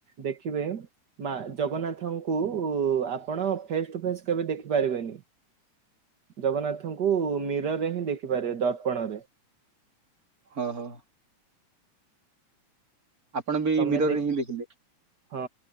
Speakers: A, on the right (about 45°); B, on the right (about 30°).
A: ଦେଖିବେ ମା ଜଗନ୍ନାଥଙ୍କୁ ଉ ଆପଣ ଫେସ୍ ଟୁ ଫେସ୍ କେବେ ଦେଖିପାରିବେନି। ଜଗନ୍ନାଥଙ୍କୁ ମିରର୍ ରେ ହିଁ ଦେଖିପାରିବେ ଦର୍ପଣରେ।
B: ଅ ହୋ। ଆପଣ ବି
A: ତମେ
B: ମିରର୍
A: ଦେ
B: ରେ ହିଁ ଦେଖିଲେ?
A: ହଁ